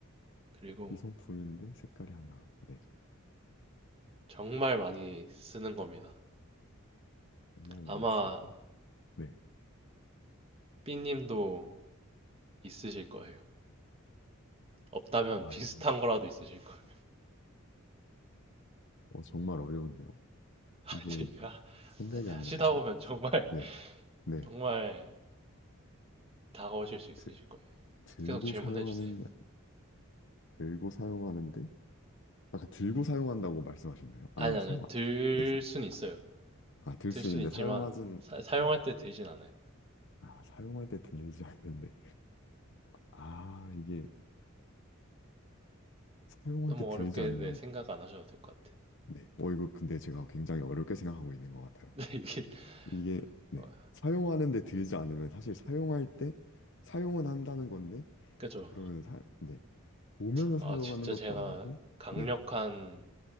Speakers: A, on the right; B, on the left.
A: 그리고
B: 이성품인데 색깔이 하나로. 네.
A: 정말 많이 쓰는 겁니다.
B: 정말 많이
A: 아마
B: 쓰고. 네.
A: 삐님도 있으실 거예요. 없다면
B: 와,
A: 비슷한
B: 이거
A: 거라도 있으실 거예요.
B: 어, 정말 어려운데요.
A: <laughs>
B: 이게
A: 이가
B: 생각이
A: 아니, 하시다
B: 안 나는데.
A: 보면 정말, <laughs>
B: 네. 네.
A: 정말 다가오실 수 있으실
B: 드-
A: 거예요.
B: 들고
A: 계속 질문해
B: 사용하는
A: 주세요.
B: 게 들고 사용하는데 아까 들고 사용한다고 말씀하셨나요?
A: 아니,
B: 아니면
A: 아니요.
B: 사용 안-
A: 들
B: 네,
A: 순 있어요.
B: 아, 들
A: 들
B: 수
A: 순
B: 있는데
A: 있지만,
B: 사용하진,
A: 사,
B: 네.
A: 용할때 들진 않아요.
B: 아, 사용할 때 들지 않는데. 아, 이게 사용할
A: 너무
B: 때 들지
A: 어렵게
B: 않는,
A: 내 생각 안 하셔도 될 것 같아요.
B: 네. 어, 이거 근데 제가 굉장히 어렵게 생각하고 있는 것 같아요.
A: <laughs> 근데 이게,
B: 이게, 네.
A: 어,
B: 사용하는데 들지 않으면 사실 사용할 때 사용은 한다는 건데,
A: 그죠.
B: 그러면 사, 네. 보면서
A: 아,
B: 사용하는
A: 진짜
B: 것도
A: 제가
B: 아니고,
A: 강력한
B: 네.